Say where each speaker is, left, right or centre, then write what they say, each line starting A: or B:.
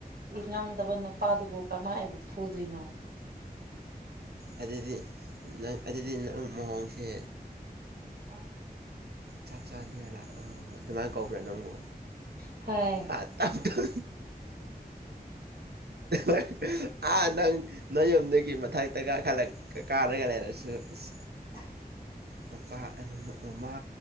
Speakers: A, on the right; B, on the right.
A: ꯉꯥꯡꯗꯕ ꯅꯨꯄꯥꯗꯨꯕꯨ ꯀꯃꯥꯏꯅ ꯐꯨꯗꯣꯏꯅꯣ
B: ꯑ ꯑꯗꯨꯗꯤ ꯅꯪ ꯑꯗꯨꯗꯤ ꯅꯪ ꯃꯑꯣꯡꯁꯦ
A: ꯑꯝ
B: ꯆꯥꯛ ꯆꯥꯅꯤ ꯉꯥꯏ ꯂꯥꯛꯑꯣ ꯑꯗꯨꯃꯥꯏꯅ ꯀꯧꯕ꯭ꯔꯥ ꯅꯪꯕꯨ
A: ꯍꯥꯏ
B: ꯑ ꯇꯞ ꯇ ꯑ ꯑ ꯅꯪ <inaudible> ꯅꯣꯏ ꯌꯨꯝꯗꯒꯤ ꯃꯊꯛꯇ ꯀꯥꯈꯠꯂ ꯀꯥꯔꯒ ꯂꯩꯔꯁꯨ ꯑꯁ
A: ꯎꯝ
B: ꯃꯄꯥ ꯃꯃꯥ